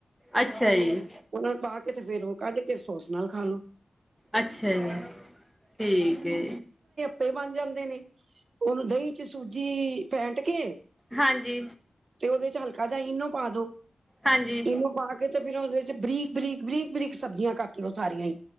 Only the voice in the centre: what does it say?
ਅੱਛਾ ਜੀ,
ਅੱਛਾ ਜੀ। <inaudible> ਠੀਕ ਏ
ਹਾਂਜੀ
ਹਾਂਜੀ,